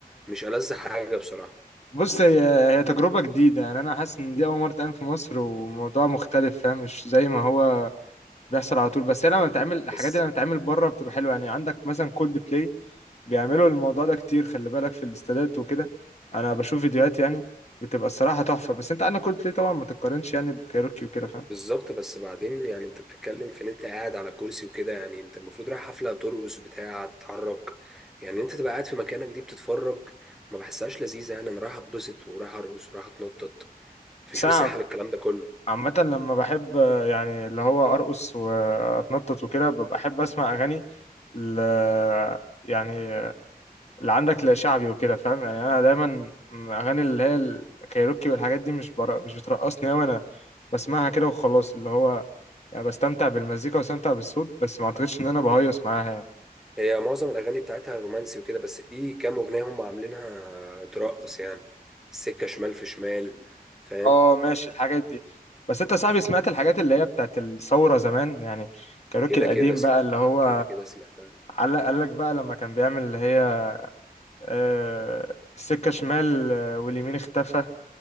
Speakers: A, in the centre; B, on the left (about 45°).
A: مش ألذ حاجة بصراحة
B: بص هي هي تجربة جديدة يعني انا حاسس ان دي اول مرة تعمل في مصر وموضوع مختلف فاهم مش زي ما هو بيحصل على طول بس هي لما بتعمل الحاجات
A: بس
B: دي لما بتتعمل بره بتبقى حلوه يعني عندك مثلا كولد بلاي بيعملوا الموضوع ده كتير خلي بالك في الاستادات وكده انا بشوف فيديوهات يعني بتبقى الصراحه تحفه بس انت عندك كولد بلاي طبعا ما تتقارنش يعني بكايروكي وكده فاهم
A: بالظبط بس بعدين يعني انت بتتكلم في ان انت قاعد على كرسي وكده يعني انت المفروض رايح حفلة ترقص بتاع تتحرك يعني انت تبقى قاعد في مكانك دي بتتفرج ما بحسهاش لذيذة يعني انا رايح اتبسط ورايح ارقص ورايح اتنطط مفيش
B: بس انا
A: مساحة للكلام ده كله
B: عامه لما بحب آه، يعني اللي هو ارقص واتنطط وكده ببقى احب اسمع اغاني ل... يعني اللي عندك لا شعبي وكده فاهم يعني انا دايما م- اغاني اللي هي الكايروكي والحاجات دي مش برا مش بترقصني قوي انا بسمعها كده وخلاص اللي هو يعني بستمتع بالمزيكا وبستمتع بالصوت بس ما اعتقدش ان انا بهيص معاها يعني
A: هي معظم الأغاني بتاعتها رومانسي وكده بس في كام أغنية هم عاملينها ترقص يعني السكة شمال في شمال فاهم
B: اه ماشي الحاجات دي بس انت يا صاحبي سمعت الحاجات اللي هي بتاعت الثورة زمان يعني كايروكي
A: كده
B: القديم
A: كده سمعتها
B: بقى اللي هو
A: كده كده سمعتها
B: قال قال لك بقى لما كان بيعمل اللي هي آه، السكة شمال آه، واليمين اختفى